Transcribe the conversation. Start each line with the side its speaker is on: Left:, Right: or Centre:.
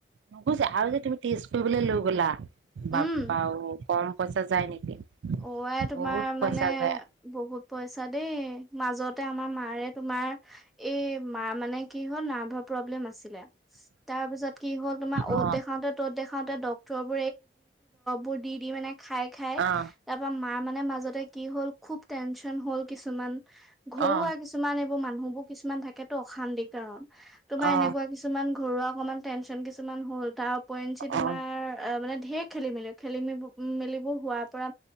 Right: নুগুছে আৰু যে তুমি টেষ্ট কৰিবলৈ লৈ গ'লা বাপ্পাও
Centre: উম
Right: কম পইচা যায় নেকি?
Centre: অ আই! তোমাৰ
Right: বহুত পইচা
Centre: মানে
Right: যায়
Centre: বহুত পইচা দেই। মাজতে আমাৰ মায়েৰে তোমাৰ এই মাৰ মানে কি? ৱাৰ্ডৰ প্লেবেম তাৰ পিছ কি হ তোমাৰ অত
Right: অ
Centre: দেখাওতে ত'ত দেখাও খাউণ্ডে দৰব বোৰ যি টি দি খাই।
Right: অ
Centre: মা মানে মাজত তে কি হ'ল খুব টেনচন হ'ল কিছুমান ঘৰুৱা
Right: অ
Centre: কিছুমান এইবোৰ মানুহবোৰ কিছুমান থাকে টো অশান্তিৰ কাৰণ তোমাৰ
Right: অ
Centre: এনেকুৱা কিছুমান ঘৰুৱা অকনমান কিছুমান হ'ল তাৰ পইঞ্চি তোমাৰ
Right: অ
Centre: অ মানে ধঢেৰ খেলি মিলি খেলি উ মেলিবোৰ হোৱাৰ পৰা